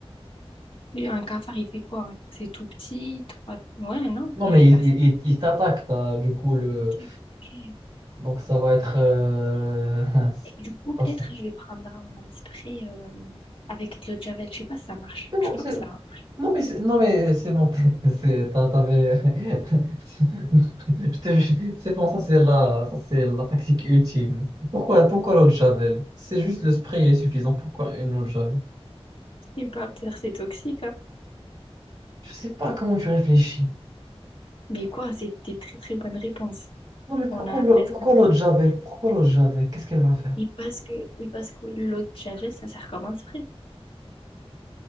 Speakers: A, on the left; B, on the right.
A: Et un cafard, il fait quoi? C'est tout petit, trois... Ouais, non,
B: Non,
A: je
B: mais
A: vais
B: il,
A: faire
B: il,
A: ça.
B: il- il t'attaque, t'as, du coup, le...
A: Ok. Et
B: donc ça va être... euh, <laughs> c'est
A: du coup, peut-être,
B: pas ça.
A: je vais prendre un spray euh, avec de l'eau de javel. Je sais pas si ça marche.
B: C'est bon,
A: Je pense
B: c'est-
A: que ça. marche.
B: Non mais c'est non mais c'est bon t'es- c'est t'as- t'avais <laughs> je te- jure, c'est bon ça c'est la ça c'est la tactique ultime pourquoi pourquoi l'eau de Javel c'est juste le spray il est suffisant pourquoi une eau de Javel
A: Je sais pas, peut-être c'est toxique. hein.
B: je sais pas comment tu réfléchis
A: Mais quoi, c'était très très bonne réponse.
B: non mais pourquoi
A: On a
B: l'eau
A: l'instinct.
B: pourquoi l'eau de Javel pourquoi l'eau de Javel qu'est-ce qu'elle va faire
A: Oui, parce que, oui, parce que l'eau de Javel, ça sert comme un spray.